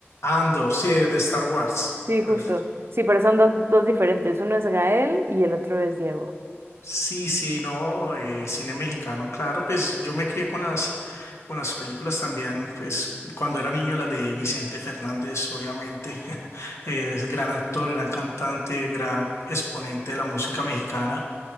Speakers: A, on the left; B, on the right.
A: Andor, sí, de de Star Wars.
B: Sí, justo.
A: Perfecto.
B: Sí, pero son dos, dos diferentes. Uno es Gael y el otro es Diego.
A: Sí, sí, no, eh, cine mexicano, claro, pues yo me crié con las, con las películas también, pues cuando era niño las de Vicente Fernández, obviamente, <laughs> es gran actor, gran cantante, gran exponente de la música mexicana.